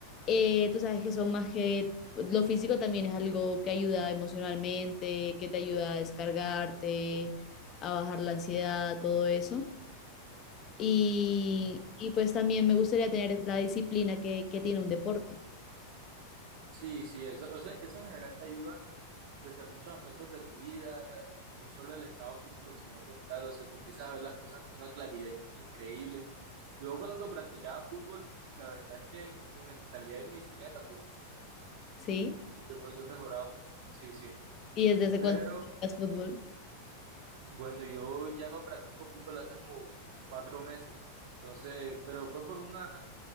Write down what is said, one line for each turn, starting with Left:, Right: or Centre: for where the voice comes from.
Left: Eh, tú sabes que son más que lo físico también es algo que ayuda emocionalmente, que te ayuda a descargarte, a bajar la ansiedad, todo eso. Y, y pues también me gustaría tener la disciplina que, que tiene un deporte,
Right: sí, sí, eso, o sea, eso en general te ayuda desde muchos aspectos de tu vida, no solo el estado físico, sino mental. O sea, tú empiezas a ver las cosas con una claridad in- increíble. Yo cuando practicaba fútbol, la verdad es que mi mentalidad y mi disciplina cambió mucho.
Left: ¿sí?
Right: Yo, yo he mejorado mucho. Sí, sí.
Left: Y desde ese
Right: Pero
Left: cuando practicas fútbol,
Right: bueno, yo ya no practico fútbol hace como cuatro meses. Entonces, pero fue por una,